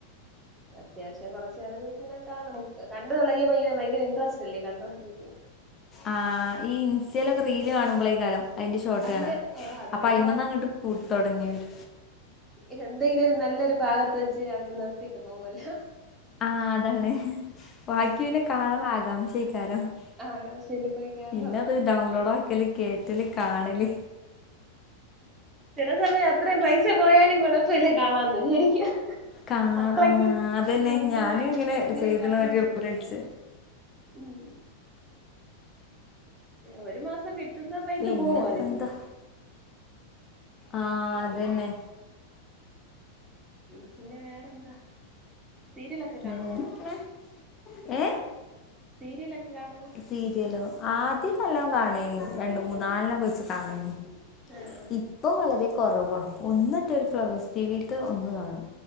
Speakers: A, on the right; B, on the left.
A: അത്യാവശ്യം കൊറച്ച് നാള് ഇങ്ങനെ കാണും. കണ്ടു തുടങ്ങിയപ്പം ഇങ്ങനെ ഭയങ്കര ഇന്ററസ്റ്റല്ലേ. കണ്ടോണ്ടിരിക്കും.
B: ആ ഈ ഇൻസ്റ്റേലൊക്കെ റീല് കാണുമ്പളാ ഈ കരം അതിന്റെ ഷോട്ട്
A: അങ്ങനെ
B: കാണ്വാ.
A: ഓ അതുവഴി
B: അപ്പ അയിമന്ന് അങ്ങട്ട് പൂ തൊടങ്ങിവരും.
A: ഇത് എന്തെങ്കിലും ഒരു നല്ലൊരു ഭാഗത്ത് വെച്ച് അവര് നിർത്തീട്ട് പോവുവല്ലോ.
B: ആ അതാണ്. വാക്കിപിന്നെ കാണാൻ ള്ള ആകാംക്ഷയാ <unintelligible>
A: ആഹ് ആവശ്യമില്ല പോയി കേറുന്നതാ
B: പിന്നത് ഡൗൺലോഡ് ആക്കല്, കേറ്റല്. കാണല്
A: ചില സമയം അത്രേം പൈസ പോയാലും കുഴപ്പോല്ല കാണാന്ന് വിജാരിക്കും.
B: കാ
A: അത്രക്ക്
B: ആ അതന്നെ
A: അങ്ങ
B: ഞാനും
A: അടിറ്റ
B: ഇങ്ങനെ
A: അങ്ങനെ
B: ചെയ്തണ
A: കണ്ടോണ്ടിരിക്കും
B: ഒരു വിളിച്ച്
A: ഉം ഒരു മാസം കിട്ടുന്ന പൈസ
B: പിന്നെപ്പ
A: പോവോ അതീന്ന്?
B: എന്താ ആ അതന്നെ.
A: പിന്നെ വേറെന്താ സീരിയലൊക്കെ കാണോ
B: വേറെങ്ങനെ ഏ
A: സീരിയലൊക്കെ കാണോ
B: സീരിയലോ ആദ്യകല്ലോം കാണുയ്നി രണ്ട് മൂന്നാലെണ്ണം വെച്ച്കാണേയ്നി
A: ആഹ്
B: ഇപ്പം വളരെ കൊറവാ ഒന്നേറ്റം
A: ആഹ്
B: ഫ്ലവേഴ്സ് ടിവീത്തെ ഒന്ന് കാണും